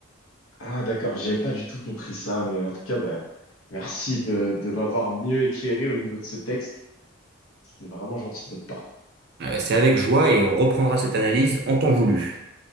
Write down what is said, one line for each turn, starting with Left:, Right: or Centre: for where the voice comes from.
Left: Ah, d'accord, j'avais pas du tout compris ça, mais en tout cas, bah, merci de, de m'avoir mieux éclairé au niveau de ce texte. C'était vraiment gentil de votre part.
Right: Euh, C'est avec joie et on reprendra cette analyse en temps voulu.